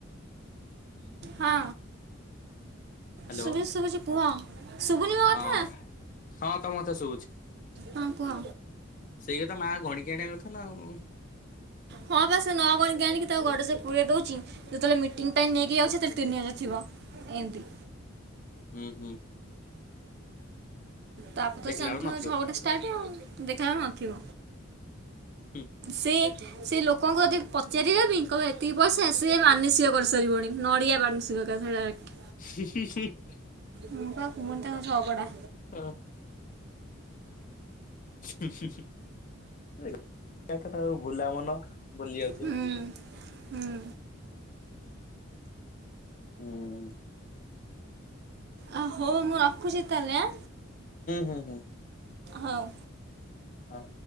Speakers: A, on the right (about 50°); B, on the left (about 40°).
A: ହଁ
B: ହ୍ୟାଲୋ
A: ଶୁଭୁଚି ଶୁଭୁଚି କୁହ? ଶୁଭୁନି ମୋ
B: ହଁ
A: କଥା
B: ହଁ ତ ମତେ ଶୁଭୁଚି।
A: ହଁ କୁହ
B: ସେଇ କଥା ମା ଗଣିକି ଆଣିବା କଥା ନା ଆଉ
A: ହଁ ବା ସେ ନ ଗଣିକି ଆଣିକି ଆଉ ଗଡ଼ରେଜ ପୁରଇ ଦଉଛି। ଯେତେବେଳେ ମିଟିଂ ଟାଇମ ନେଇକି ଯାଉଛି। ସେତେବେଳେ ତିନି ହଜାର ଥିବ ଏମିତି।
B: ହୁଁ ହୁଁ।
A: ତାପରେ ତ
B: ଦେଖିଲା
A: ଜାଣିଥିବ
B: ବେଳୁ ନଥିବ।
A: ଝଗଡା ଷ୍ଟାର୍ଟ ଆଉ ଦେଖିଲା ବେଳୁ ନଥିବ
B: ହୁଁ
A: ସେ ସେ ଲୋକଙ୍କୁ ଯଦି ପଚାରିବ ବି କଣ ଏତିକି ପଇସା ମାନସିକ କରିସାରିବଣି ନଡିଆ ମାନସିକ। <unintelligible>
B: ହିଂ ହିଂ ହିଂ
A: ହ୍ନୁ ପା କୁହନି ତାଙ୍କ ଝଗଡା।
B: ହଁ ହ୍ନୁ ହ୍ନୁ <unintelligible> ତାଙ୍କ ବୁଲା ମନ। ଭୁଲି ଯାଉଚି।
A: ହୁଁ ହୁଁ
B: ହୁଁ ହୁଁ
A: ଆଉ ହଉ ମୁଁ ରଖୁଛି ତାହେଲେ ଆଁ
B: ହୁଁ ହୁଁ
A: ହଉ
B: ହଁ।